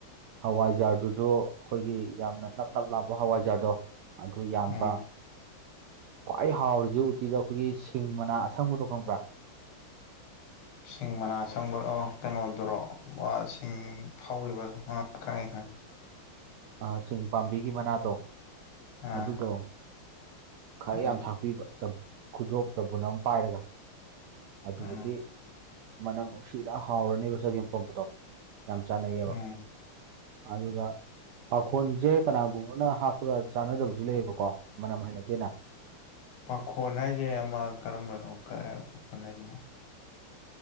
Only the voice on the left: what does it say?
ꯎꯝ
ꯁꯤꯡ ꯃꯅꯥ ꯑꯁꯪꯕ ꯑꯣ ꯀꯩꯅꯣꯗꯨꯔꯣ ꯋ ꯁꯤꯡ ꯍꯧꯔꯤꯕ ꯑꯣ ꯈꯪꯉꯦ ꯈꯪꯉꯦ
ꯑꯥ
ꯎꯝ
ꯎꯝ
ꯎꯝ
ꯄꯥꯈꯣꯟ ꯍꯥꯏꯖꯦ ꯑꯃꯥ ꯀꯔꯝꯕꯅꯣ ꯀ ꯑꯦ ꯄꯥꯈꯣꯟ ꯍꯥꯏꯖꯤꯅ